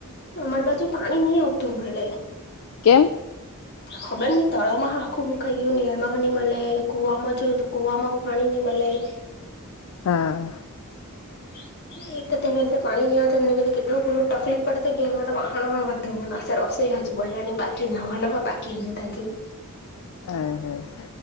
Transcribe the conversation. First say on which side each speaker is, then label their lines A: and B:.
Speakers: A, on the left (about 50°); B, on the left (about 65°).
A: અમાર બાજુ પાણી ની આવતું મલે
B: કેમ
A: ખબર ની તળાવમાં હો આખું હું ખાઈ ગયું નેરમાં હો ની મલે કુવામાં જોયુંતો કુવામાં હો પાણી ની મલે <inaudible>
B: હા.
A: <inaudible> એ તેને લીધે પાણી ની <unintelligible> કેટલું બધું તકલીફ પડે ઘેરમાં તો વાહણ હો ધોવાનાશે રસોઈ <unintelligible> બનાવાની બાકી નાવાના હો બાકી <unintelligible>
B: હ હ